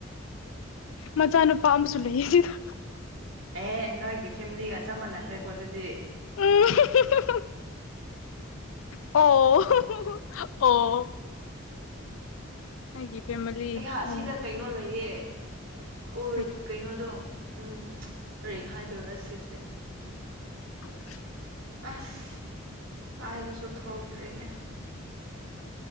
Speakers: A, on the left (about 80°); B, on the right (about 80°).
A: ꯃꯆꯥꯅꯨꯄꯥ ꯑꯃꯁꯨ ꯂꯩꯌꯦ ꯁꯤꯗ
B: ꯑꯦꯍ ꯅꯣꯏꯒꯤ ꯐꯦꯃꯤꯂꯤꯒ ꯆ ꯃꯥꯟꯅꯈ꯭ꯔꯦꯀꯣ ꯑꯗꯨꯗꯤ
A: ꯎꯝ ꯑꯣ ꯑꯣ ꯑꯩꯒꯤ ꯐꯦꯃꯤꯂꯤ
B: ꯑꯩꯍꯥꯛ
A: ꯑꯣ
B: ꯑꯁꯤꯗ ꯀꯩꯅꯣ ꯂꯩꯌꯦ ꯎ
A: ꯀꯔꯤ
B: ꯀꯩꯅꯣꯗꯣ ꯎꯝ ꯀꯔꯤ ꯍꯥꯏꯗꯣꯏꯔ ꯁꯤꯁꯦ
A: <inaudible>
B: ꯑꯁ ꯍꯥꯏꯕ ꯁꯨ ꯊꯣꯛꯇ꯭ꯔꯦ ꯍꯦ